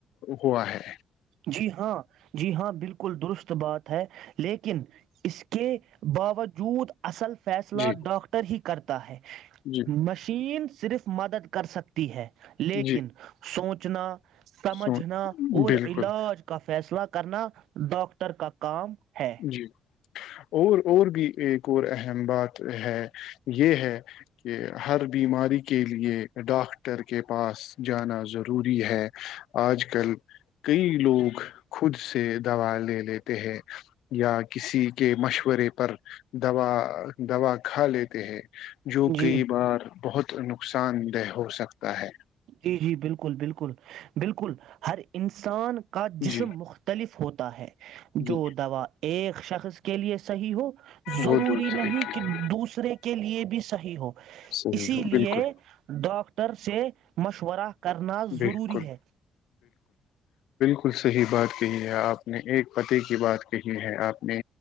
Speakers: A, on the left (about 65°); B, on the right (about 65°).
A: ہوا ہے
B: جی ہاں جی ہاں بالکل درست بات ہے لیکن اس کے کے باوجود اصل فیصلہ
A: جی
B: ڈاکٹر ہی کرتا ہے
A: جی
B: مشین صرف مدد کر سکتی ہے لیکن
A: جی
B: سوچ جنا سمجھنا
A: سو
B: اور
A: بالکل
B: علاج کافی فیصلہ کرنا ڈاکاکٹر کا کام ہے
A: جی اور اور بھی ایک اور اہم بات ہے یہ ہے کہ ہر بیماری کے لیے ڈاکٹر کے پاس جانا ضروری ہے آج کل کئی لوگ خود سے دوا لے لیتے ہیں یا کسی کے مشورے پر دوا دوا کھا لیتے ہیں جو
B: جی
A: کئی بار بہت نقصان دہ ہو سکتا ہے
B: جی جی بالکل بالکل بالکل ہر انسان کا جسم
A: جی
B: مختلف ہوتا ہوتا ہے
A: جی
B: جو دوا ایک شخص کے لیے صحیح ہو ضروری
A: وہ دوسرے
B: نہیں
A: کے لیے
B: کہ دوسرے کے لیے بھی صحیح ہو
A: صحیح
B: اسی
A: ہو
B: لیے
A: بالکل
B: ڈاکٹر سے مش ورا کرنا
A: بالکل
B: ضروری ہے
A: کل صحیح بات کہی ہے آپ نے ایک پتے کی بات کہی ہے آپ نے